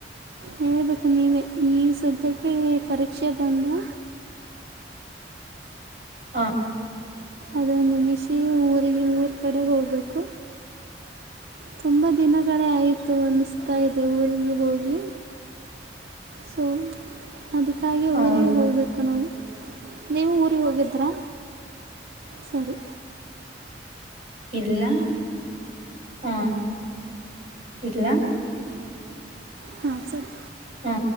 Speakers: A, on the right; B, on the right.
A: ಹೇಳ್ಬೇಕು ನೀವ ಈ ಸದ್ಯಕ್ಕೆ ಪರೀಕ್ಷೆ ಬಂದು
B: ಹಾ
A: ಅದ ಮುಗಿಸಿೆ ಊ ಹಾಗೆ ಊರು ಕಡೆ ಹೋಗ್ಬೇಕು ತುಂಬಾ ದಿನಗಳೇ ಆಯ್ತು ಅನಸ್ತಾ ಇದೆ ಊರಿಗೆ ಹೋಗಿ ಸೊ ಅದಕ್ಕಾಗಿ
B: ಹೌದು
A: ಊರಿಗೆ ಹೋಗ್ಬೇಕು ನಾವು ನೀವು ಊರಿಗೆ ಹೋಗಿದ್ರಾ ಸರಿ
B: ಇಲ್ಲ ಹಾ ಇಡ್ಲ
A: ಹಾ ಸರಿ
B: ಹಾ